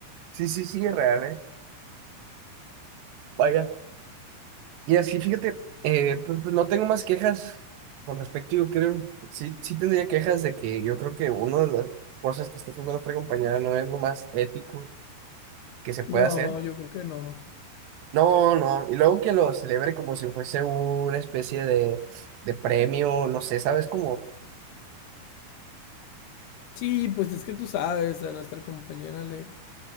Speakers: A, on the right; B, on the left.
A: sí, sí, sí, es real, ¿eh? Vaya. Y así, fíjate, eh, pues, pues no tengo más quejas con respecto, yo creo, sí, sí tendría quejas de que yo creo que una de las cosas que está haciendo nuestra compañera no es lo más ético que se puede
B: No,
A: hacer.
B: yo creo que no.
A: No, no, y luego que lo celebre como si fuese una especie de, de premio, no sé, ¿sabes? Como,
B: Sí, pues es que tú sabes, a nuestra compañera le,